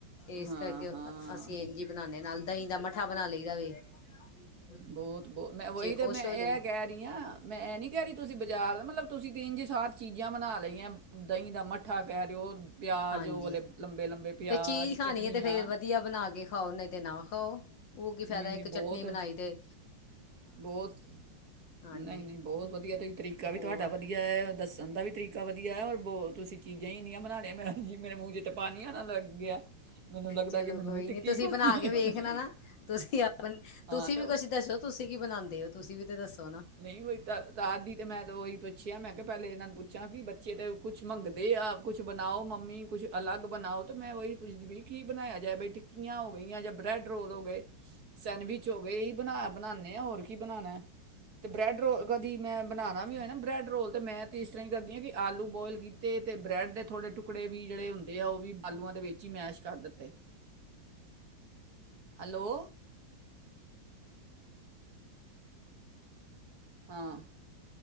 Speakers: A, on the left; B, on the right.
A: ਇਸ
B: ਹਾਂ
A: ਕਰਕੇ
B: ਹਾਂ
A: ਅਸੀਂ ਇੰਝ ਬਣਾਨੇ, ਦੇ ਨਾਲ ਦਹੀਂ ਦਾ ਮਠਾ ਬਣਾ ਲਈ ਦਾ। ਵੀ <unintelligible>
B: ਬਹੁਤ- ਬਹੁਤ, ਮੈਂ ਉਹੀ
A: ਖੁਸ਼
B: ਤੇ ਮੈਂ
A: ਹੋ
B: ਇਹ
A: ਜਾਂਦੇ
B: ਕਹਿ ਰਹੀ ਹਾਂ, ਮੈਂ ਇਹ ਨੀ ਕਹਿ ਰਹੀ ਤੁਸੀਂ ਬਾਜ਼ਾਰ ਮਤਲਬ, ਤੁਸੀਂ ਤੰਝ ਸਾਰ ਚੀਜ਼ਾਂ ਬਣਾ ਲਈਆਂ ਦਹੀਂ ਦਾ ਮੱਠਾ ਕਹਿ ਰਹੇ ਹੋ ਪਿਆਜ਼
A: ਹਾਂਜੀ
B: ਲੇ ਲੰਬੇ -ਲੰਬੇ ਪਿਆਜ਼,
A: ਫਿਰ ਚੀਜ਼ ਖਾਣੀ
B: ਚਟਨੀਆਂ।
A: ਹੈ ਤੇ ਫਿਰ ਵਧੀਆ ਬਣਾ ਕੇ ਖਾਓ, ਨਹੀਂ ਤੇ ਨਾ ਖਾਓ। ਉਹ ਕੀ ਫਾਇਦਾ,
B: ਨਹੀਂ ਨਹੀਂ
A: ਇੱਕ
B: ਬਹੁਤ
A: ਚਟਨੀ ਬਣਾਈ ਦੇ
B: ਬਹੁਤ,
A: ਹਾਂਜੀ
B: ਨਹੀਂ -ਨਹੀਂ ਬਹੁਤ ਵਧੀਆ, ਤਰੀਕਾ
A: ਹੋਰ
B: ਵੀ ਤੁਹਾਡਾ ਵਧੀਆ ਹੈ, ਦੱਸਣ ਦਾ ਵੀ ਤਰੀਕਾ ਵੀਆ ਔਰ ਬ ਤੁਸੀਂ ਚਜ਼ਾਂ ਹੀ ਇਨੀਆਂ ਬਣਾ ਲਿਆ ਮ ਮੇਰੇ ਮੂੰਹ <inaudible> ਤੇ ਪਾਣੀ ਆਉਨ ਲੱਗ ਗਿਆ, ਮੈਨੂੰ ਲੱਗਦਾ
A: ਚਲੋ
B: ਕਿ ਮੈਨੂੰ
A: ਕੋਈ
B: ਵੀ ਟਿੱਕੀ
A: ਨੀ ਤੁਸੀਂ
B: ਖਾਨੀ
A: ਬਣਾ ਕੇ ਵੇਖਣਾ
B: ਉਹ ਨਹੀਂ
A: ਨਾ ਤੁਸੀਂ ਆਪ
B: ਹਾਂ
A: ਤੁਸੀਂ
B: ਤੇ
A: ਵੀ
B: ਉਹ
A: ਕੁਛ ਦੱਸੋ ਤੁਸੀਂ ਕੀ ਬਨਾੰਦੇ ਓ ਤੁਸੀਂ ਵੀ ਤਾਂ ਦੱਸੋ। ਨਾ
B: ਨਹੀਂ ਉਈ ਤ ਤ ਦੀ ਤੇ ਮੈਂ ਉਹੀ ਪੁੱਛਿਆ ਮੈਂ <inaudible> ਕਿਹਾ ਪਹਿਲੇ ਇਹਨਾਂ ਨੂੰ ਪੁੱਛਾਂ ਕਿ, ਬੱਚੇ ਤਾਂ ਕੁਛ ਮੰਗਦੇ ਆ ਕੁਛ ਬਣਾਓ ਮੰਮੀ, ਕੁਛ ਅਲੱਗ ਬਣਾਓ, ਤੇ ਮੈਂ ਉਹੀ ਪੁੱਛਦੀ ਵੀ ਕੀ ਬਣਾਇਆ ਜਾਏ ਬਈ, ਟਿੱਕੀਆਂ ਹੋ ਗਈਆਂ, ਜਾਂ ਬ੍ਰੈਡ ਰੋਲ ਹੋ ਗਏ, ਸੈਂਡਵਿਚ ਹੋ ਗਏ, ਇਹਹੀ ਬਣਾ ਬਣਾਉਦੇ ਆਂ, ਹੋਰ ਕੀ ਬਣਾਉਣਾ? ਅਤੇ ਬਰੈੱਡ ਰੋਲ ਕਦੀ ਮੈਂ ਬਨਾਨਾ ਵੀ ਹੋਏ ਨਾ, ਬਰੈਡ ਰੋਲ ਤਾਂ ਮੈਂ ਇਸ ਤਰ੍ਹਾਂ ਹੀ ਕਰਦੀ ਹਾਂ, ਕਿ ਆਲੂ ਬੋਇਲ ਕੀਤੇ ਅਤੇ ਬਰੈਡ ਦੇ ਥੋੜ੍ਹੇ ਟੁਕੜੇ ਵੀ ਜਿਹੜੇ ਹੁੰਦੇ ਆ, ਉਹ ਵੀ ਆਲੂਆਂ ਦੇ ਵਿੱਚ ਹੀ ਮੈਸ਼ ਕਰ ਦਿੱਤੇ। ਹੈਲੋ ਹਾਂ